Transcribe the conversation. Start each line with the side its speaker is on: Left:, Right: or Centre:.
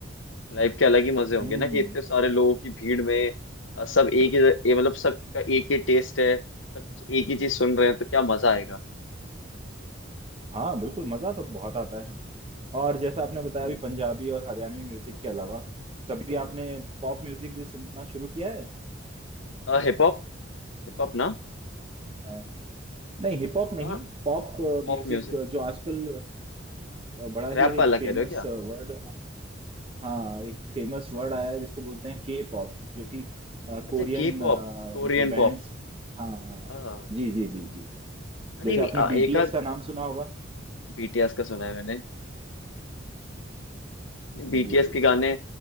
Left: लाइव के अलग ही मजे होंगे
Right: हम्म
Left: ना कि इतने सारे लोगों की भीड़ में अ, सब एक ही ये मतलब सबका एक ही टेस्ट है सब एक ही चीज सुन रहे हैं तो क्या मजा आएगा
Right: हाँ बिल्कुल मज़ा तो बहुत आता है और जैसा आपने बताया
Left: हम्म
Right: अभी पंजाबी और हरियाणवी म्यूजिक के अलावा कभी आपने पॉप म्यूजिक भी सुनना शुरू किया है
Left: Hip hop हिप हॉप ना
Right: अ, नहीं हिप हॉप नहीं
Left: हाँ
Right: पॉप
Left: पॉप
Right: म्यूजिक
Left: म्यूजिक
Right: जो आजकल अ, अ, बड़ा
Left: रैप
Right: ही एक
Left: वाला
Right: फेमस
Left: कह रहे हो क्या
Right: वर्ड हाँ एक फेमस वर्ड आया है जिसको बोलते हैं के पॉप जो कि
Left: अच्छा
Right: कोरियन
Left: के पॉप Korean
Right: जो बैंड्स
Left: pop
Right: हाँ हाँ,
Left: हाँ
Right: जी जी जी जी
Left: नहीं
Right: जैसे
Left: नहीं
Right: आपने
Left: अ,
Right: बीटीएस
Left: एक आध
Right: का नाम सुना होगा
Left: बीटीएस का सुना है मैंने बीटीएस
Right: जी
Left: के गाने